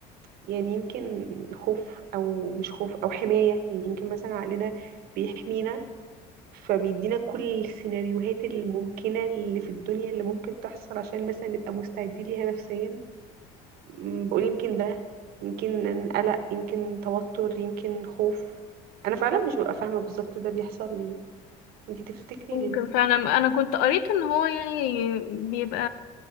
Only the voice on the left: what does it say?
ممكن
فعلا أنا كنت قريت إن هو يعني بيبقى